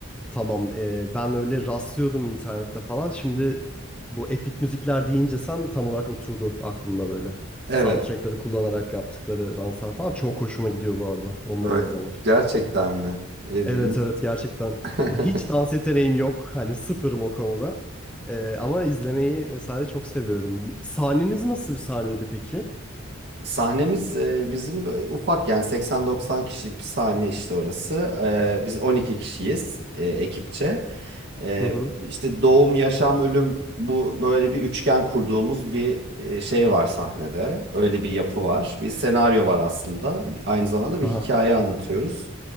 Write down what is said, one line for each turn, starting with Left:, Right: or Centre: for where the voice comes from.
Centre: Tamam. e, ben öyle rastlıyordum internette falan. Şimdi bu epik müzikler deyince sen tam olarak oturdu aklımda böyle.
Right: Evet,
Centre: Soundtrack'ları kullanarak yaptıkları danslar falan çok hoşuma gidiyor bu arada. Onları
Right: böyle
Centre: izlemek.
Right: gerçekten mi? E,
Centre: Evet
Right: bir-
Centre: evet gerçekten.
Right: <laughs>
Centre: E, Hiç dans yeteneğim yok. Hani sıfırım o konuda. Ee, ama izlemeyi vesaire çok seviyorum. Sahneniz nasıl bir sahneydi peki?
Right: Sahnemiz e, bizim e, ufak yani 80-90 kişilik bir sahne işte orası. E, biz 12 kişiyiz e, ekipçe. E,
Centre: Hı hı.
Right: işte doğum, yaşam, ölüm bu böyle bir üçgen kurduğumuz bir e, şey var sahnede. Öyle bir yapı var. Bir senaryo var aslında. Bir- Aynı zamanda bir
Centre: Aha.
Right: hikaye anlatıyoruz.